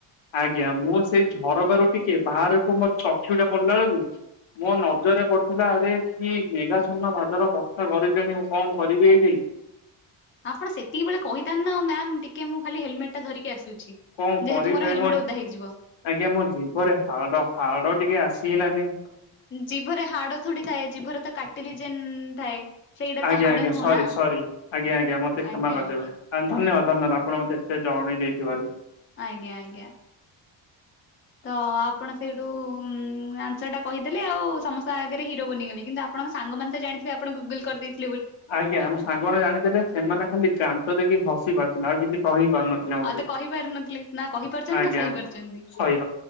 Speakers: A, on the left (about 70°); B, on the left (about 25°).
A: ଆଜ୍ଞା ମୁଁ ସେଇ ଘର ବାରୁ ଟିକେ ବାହାରକୁୁ ମୋ ଚକ୍ଷିୟୁଟା ପଡିଲା ବେଳକୁ। ମୋ ନଜରରେ ପଡିଥିଲା ଆରେ କି ମେଘାଛନ ବାଦଲ ବର୍ଷା ଗରଜିଲାଣି ମୁଁ କଣ କରିବି ଏଇଠି। <inaudible>
B: ଆପଣ ସେତିକି ବେଳେ କହିଥାନ୍ତି ନା ମ୍ୟାମ୍ ଟିକେ ମୁଁ ଖାଲି ହେଲମେଟ ଟା ଧରିକି ଆସୁଛି।
A: କଣ
B: ଯେହେତୁ
A: କରିବି
B: ମୋର
A: ଭାଇ
B: ହେଲମେଟ
A: ମୋ
B: ଓଦା ହେଇଯିବ।
A: ଆଜ୍ଞା ମୋ ଜୀଭରେ ହାଡ ହାଡ ଟିକେ ଆସିହେଲାନି।
B: ଜିଭରେ ହାଡ ଥୋଡୀ ଥାଏ ଜିଭରେ ତ କାଟିଲିଯେନ ଥାଏ ସେଇଟା
A: ଆଜ୍ଞା
B: ତ ହାଡ
A: ଆଜ୍ଞା
B: ନୁହଁ ନା।
A: ସରି ଆଜ୍ଞା ଆଜ୍ଞା ମତେ କ୍ଷମା
B: ଆଜ୍ଞା
A: କରିଦେବେ
B: ଆଜ୍ଞା
A: ଧନ୍ୟବାଦ ଧନ୍ୟବାଦ ଆପଣ ମତେ ଏତେ ଜଣେଇ ଦେଇଥିବାରୁ।
B: ଆଜ୍ଞା ଆଜ୍ଞା। ତ ଆପଣ ସେଇଠୁ ଆନ୍ସରଟା କହିେଲେ ଆଉ ସମସ୍ତଙ୍କ ଆଗରେ ହରୋ ବନିଗଲେ। କିନ୍ତୁ ଆପଣଙ୍କ ସାଙ୍ଗମାନେ ତ ଜାଣିଥିବେ ଆପଣ ଗୁଗଲ କରିଦେଇଥି
A: ଆଜ୍ଞା ଆମ ସାଙ୍ଗମାନେ ଜାଣିଥିଲେ ସେମାନେ ଖାଲି ଦାନ୍ତ ଦେଖେଇ ହସି ପାରୁ କିଛି କହି ପାରୁନଥିଲେ ମତେ
B: ଆଉ ତ କହିପାରୁନଥିଲେ ନା କହିପାରୁଛନ୍ତି
A: ଆଜ୍ଞା
B: ନା ସହିପାରୁଛନ୍ତି
A: ଆଉ